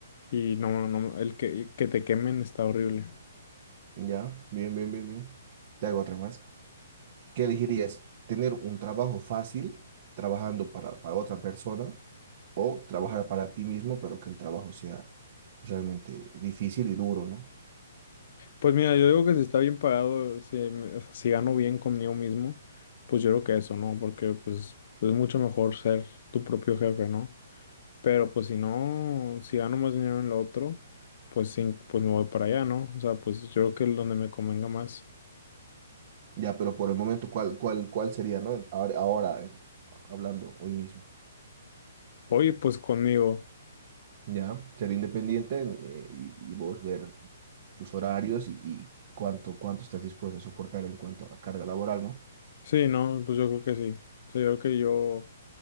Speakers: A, on the left; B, on the right.
A: y no, no, no, el que, y que te quemen está horrible.
B: Ya, bien, bien, bien, bien. Te hago otra más. ¿Qué elegirías? ¿Tener un trabajo fácil trabajando para, para otra persona? o trabajar para ti mismo, pero que el trabajo sea realmente difícil y duro, ¿no?
A: Pues mira, yo digo que si está bien pagado, si, me- o sea, si gano bien conmigo mismo, pues yo creo que eso, ¿no? Porque pues es mucho mejor ser tu propio jefe, ¿no? Pero pues si no, si gano más dinero en lo otro, pues sí, pues me voy para allá, ¿no? O sea, pues yo creo que es donde me convenga más.
B: Ya, pero por el momento, ¿cuál, cuál, cuál sería, ¿no? En- Ahora, ahora, en- hablando hoy mismo,
A: Oye, pues conmigo.
B: ¿ya? Ser independiente eh, y, y vos ver tus horarios y, y cuánto, cuánto estás dispuesto a soportar en cuanto a carga laboral, ¿no?
A: Sí, no, pues yo creo que sí. O sea, yo creo que yo,